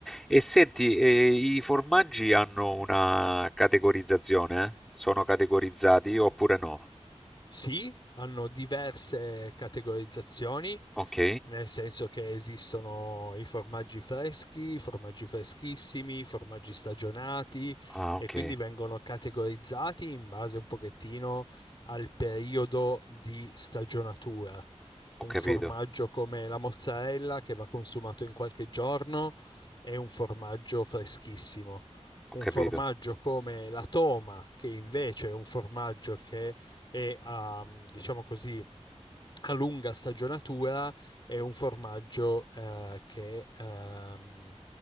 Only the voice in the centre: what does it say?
E senti, eh, i formaggi hanno una categorizzazione? eh? Sono categorizzati oppure no?
Ok.
Ah,
ok.
Ho
capito,
ho
capito,